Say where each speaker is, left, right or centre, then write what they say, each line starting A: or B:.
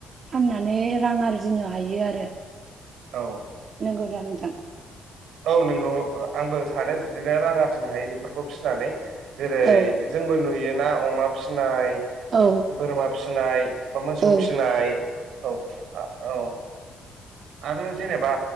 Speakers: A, on the right; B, on the right.
A: फाननानै रां आरजिनो हायो आरो
B: औ
A: नोंगौदा नोथां?
B: औ नोंगौ। ओ आंबो सानो बि दिनो रां आरजिनो हायो बेफोरखौ फिनानै जेरै
A: औ
B: जोंबो नुयो। ना अमा फिसिनाय
A: औ
B: बोरमा फिसिनाय बा मोसौ
A: औ
B: फिसिनाय औ आ औ आरो जेनेबा